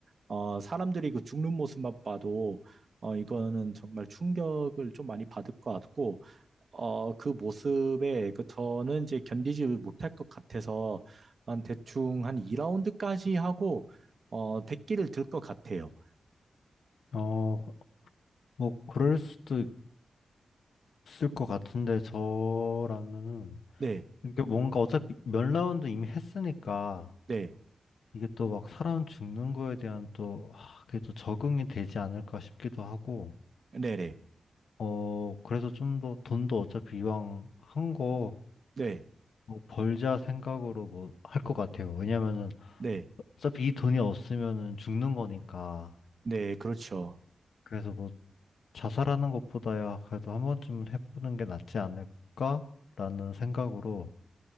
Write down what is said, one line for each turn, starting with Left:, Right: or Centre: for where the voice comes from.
Right: 어, 사람들이 그 죽는 모습만 봐도 어, 이거는 정말 충격을 좀 많이 받을 것 같고 어, 그 모습에 그 저는 이제 견디지 못할 것 같아서 한 대충 한 2라운드까지 하고 어, 1기를 들 것 같아요.
Left: 어, 뭐, 그럴 수도 있을 것 같은데, 저라면은,
Right: 네,
Left: 이게 뭔가 어차피 몇 라운드 이미 했으니까,
Right: 네,
Left: 이게 또 막 사람 죽는 거에 대한 또, 아, 그게 또 적응이 되지 않을까 싶기도 하고,
Right: 네 네, 네,
Left: 어, 그래서 좀 더, 돈도 어차피 이왕 한 거,
Right: 네,
Left: 뭐 벌자 생각으로 뭐, 할 것 같아요. 왜냐면은,
Right: 네,
Left: 어차피 이 돈이 없으면은 죽는 거니까,
Right: 네, 그렇죠.
Left: 그래서 뭐, 자살하는 것보다야 그래도 한 번쯤은 해보는 게 낫지 않을까라는 생각으로